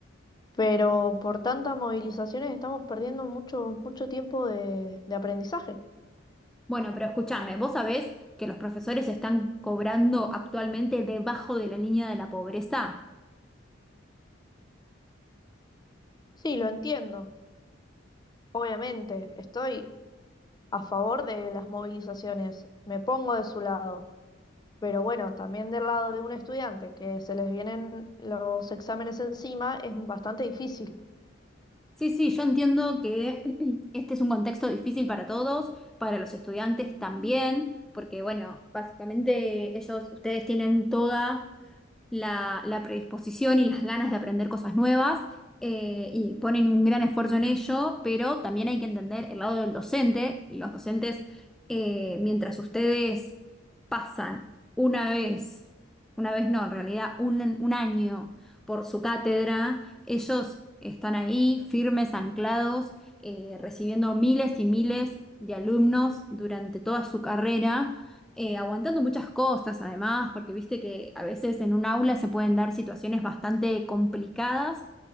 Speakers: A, on the left; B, in the centre.
A: pero por tantas movilizaciones estamos perdiendo mucho, mucho tiempo de de aprendizaje.
B: Bueno, pero escúchame, vos sabés que los profesores están cobrando actualmente debajo de la línea de la pobreza.
A: Sí, lo entiendo. Obviamente, estoy a favor de las movilizaciones, me pongo de su lado, pero bueno, también del lado de un estudiante que se les vienen los exámenes encima es bastante difícil.
B: Sí, sí, yo entiendo que <clears throat> este es un contexto difícil para todos, para los estudiantes también, porque bueno, básicamente ellos, ustedes tienen toda la, la predisposición y las ganas de aprender cosas nuevas eh, y ponen un gran esfuerzo en ello, pero también hay que entender el lado del docente. Los docentes, eh, mientras ustedes pasan una vez, una vez no, en realidad un, un año por su cátedra, ellos están ahí firmes, anclados, eh, recibiendo miles y miles de alumnos durante toda su carrera eh, aguantando muchas cosas además, porque viste que a veces en un aula se pueden dar situaciones bastante complicadas